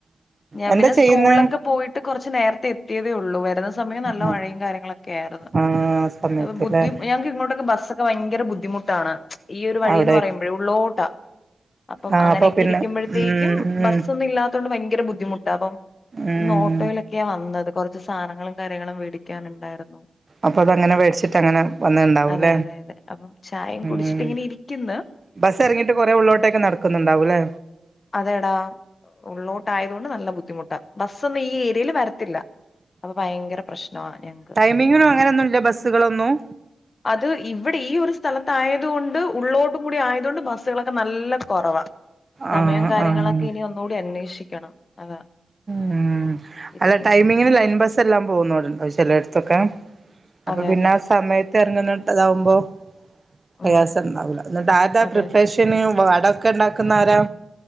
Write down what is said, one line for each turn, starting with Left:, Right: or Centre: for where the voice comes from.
Left: ഞാൻ
Right: എന്താ
Left: പിന്നെ
Right: ചെയ്യുന്നെ
Left: സ്കൂളിലൊക്കെ പോയിട്ട് കുറച്ച് നേരത്തെ എത്തിയതേ ഉള്ളൂ വര സമയം നല്ല
Right: ആഹ്
Left: മഴയും കാര്യങ്ങളൊക്കെ ആയിരുന്നു
Right: ആഹ് സമയത്തില്ലേ
Left: അപ്പൊ ബുദ്ധി ഞങ്ങക്ക് ഇങ്ങോട്ടൊക്കെ ബസ്സൊക്കെ ഭയങ്കര ബുദ്ധിമുട്ടാണ് ഈയൊരു വഴിന്ന്
Right: അവിടെ
Left: പറയുമ്പോഴേ ഉള്ളോട്ടാ അപ്പം
Right: ആഹ്
Left: അങ്ങനെയൊക്കെ
Right: അപ്പൊ പിന്നെ
Left: ഇരിക്കുമ്പോഴത്തേക്കും
Right: ഉം
Left: ബസ്
Right: ഉം
Left: ഒന്നും ഇല്ലാത്തൊണ്ട് ഭയ ങ്കര ബുദ്ധിമുട്ടാണ് അപ്പൊ
Right: ഉം
Left: ന്ന് ഓട്ടോയിലൊക്കെയാ വന്നത് കുറച്ച് സാധനങ്ങളും കാര്യങ്ങളും വേടിക്കാനുണ്ടായിരുന്നു
Right: അപ്പൊ അതങ്ങനെ വേടിച്ചിട്ട്
Left: അ
Right: അങ്ങനെ വന്നിണ്ടാവൂല്ലേ
Left: അതെ അതെ അതെ അപ്പം ചായയും
Right: ഉം
Left: കുടിച്ചിട്ടിങ്ങനെ ഇരിക്ക്ന്ന്
Right: ബസ് ഇറങ്ങിട്ട് കുറെേ ഉള്ളോട്ടേക്ക് നടക്കുന്നുണ്ടാവും ലേ
Left: അതെടാ ഉള്ളോട്ട് ആയതുകൊണ്ട് ന ല്ല ബുദ്ധിമുട്ടാ ബസ്സൊന്നും ഈ ഏരിയയിൽ വരത്തില്ല അപ്പൊ ഭയങ്കര പ്രശ്നാണ് ഞങ്ങക്ക്
Right: <unintelligible>
Left: ഉം.
Right: അങ്ങനെയൊന്നുല്ല ബസ്സുകളൊന്നും
Left: അത് ഇവിടെ ഈ ഒരു സ്ഥലത്തായത് കൊണ്ട് ഉള്ളോട്ടും കൂടി ആയതുകൊണ്ട് ബസ്സുകളൊക്കെ നല്ല കൊറവ സമയം
Right: ആഹ്
Left: കാര്യങ്ങളൊക്കെ
Right: ആഹ്
Left: ഇനി ഒന്നൂടി അന്വേഷിക്കണം അതാ
Right: മ്
Left: എനിക്കിരിക്കുന്നോണ്ട്
Right: അല്ല ടൈമിങ്ങിന് ലൈൻ ബസ്സെല്ലാം പോകുന്നുണ്ട് ചിലയിടത്തൊക്കെ അപ്പൊ
Left: അതെ
Right: പിന്നെ
Left: അതെ
Right: ആ സമയത്ത് ഇറങ്ങുന്നട്ടതാവുമ്പോ പ്രയാസംണ്ടാവൂല
Left: ഉം
Right: എന്നിട്ട് ആതാ
Left: അതെ
Right: പ്രിപ്പറേഷന് വടൊക്കെ ഉണ്ടാക്കുന്നതാരാ